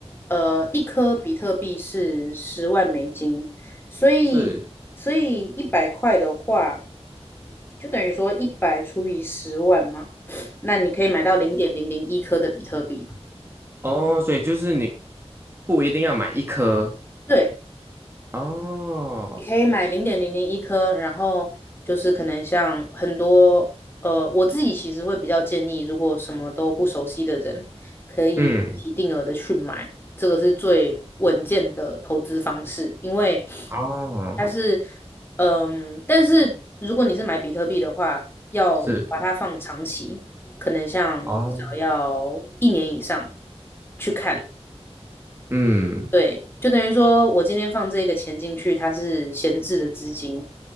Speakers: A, on the left (about 20°); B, on the right (about 20°).
A: 呃，一颗比特币是十万美金，所以所以一百块的话，
B: 是。
A: 就等于说一百除以十万嘛，那你可以买到零点零零一颗的比特币。
B: 哦，所以就是你不一定要买一颗
A: 对，
B: 哦，
A: 你可以买零点零零一颗，然后就是可能像很多呃，我自己其实会比较建议，如果什么都不熟悉的人，可以一定额的去买，
B: 嗯，
A: 这个是最稳健的投资方式，因为
B: 哦，
A: 它是嗯，但是如果你是买比特币的话，要把它放长期，
B: 是
A: 可能像至少要一年以上
B: 哦，
A: 去看。
B: 一嗯
A: 对，就等于说我今天放这个钱进去，它是闲置的资金，